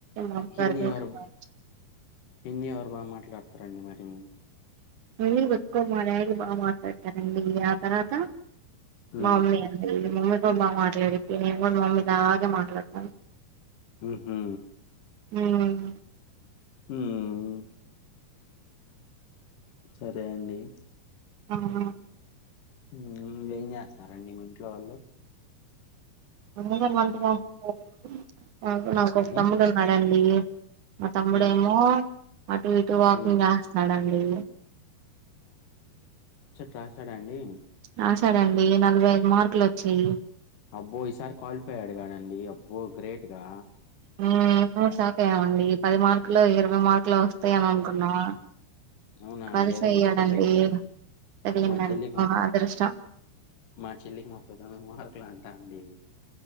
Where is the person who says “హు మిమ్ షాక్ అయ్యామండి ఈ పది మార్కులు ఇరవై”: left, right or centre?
Right